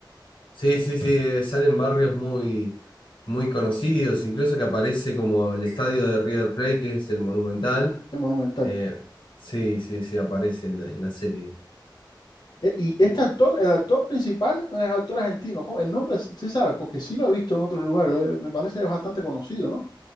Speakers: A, on the left; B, on the left.
A: Sí, sí, sí, eh, salen barrios muy, muy conocidos, incluso que aparece como el estadio de River Plate, que es el Monumental.
B: es monumental.
A: Eh, sí, sí, sí, aparece en la, en la serie.
B: E- Y este actor, el actor principal es actor argentino, ¿cómo? El nombre, sí sabes, porque sí lo he visto en otros lugares, lo he- me parece bastante conocido, ¿no?